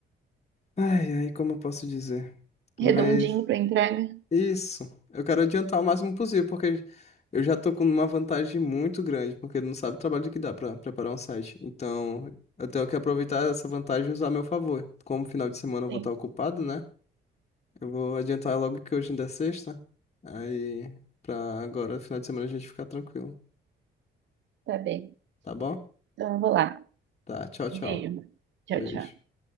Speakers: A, on the left; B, on the right.
A: Ai, ai, como eu posso dizer?
B: Redondinho
A: Mas...
B: pra entrega.
A: Isso. Eu quero adiantar o máximo possível, porque eu já tô com uma vantagem muito grande, porque não sabe o trabalho que dá pra preparar um site. Então, eu tenho que aproveitar essa vantagem e usar a meu favor. Como final de semana eu
B: Sim.
A: vou estar ocupado, né? Eu vou adiantar logo que hoje ainda é sexta. Aí, pra agora, final de semana a gente ficar tranquilo.
B: Tá bem.
A: Tá bom?
B: Então eu vou lá.
A: Tá. Tchau, tchau.
B: Beijo. Tchau,
A: Beijo.
B: tchau.